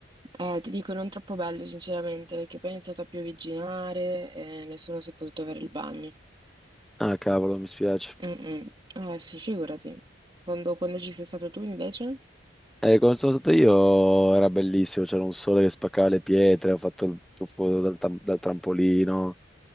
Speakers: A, on the right (about 25°); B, in the centre.
A: Eh, ti dico, non troppo bello, sinceramente, perché poi è iniziato a piovigginare e nessuno si è potuto avere il bagno.
B: Ah, cavolo, mi spiace.
A: Mm-mm. Eh, sì, figurati. Quando, quando ci sei stato tu, invece?
B: Eh, quando sono stato io era bellissimo, c'era un sole che spaccava le pietre, ho fatto il tuffo dal, tam- dal trampolino,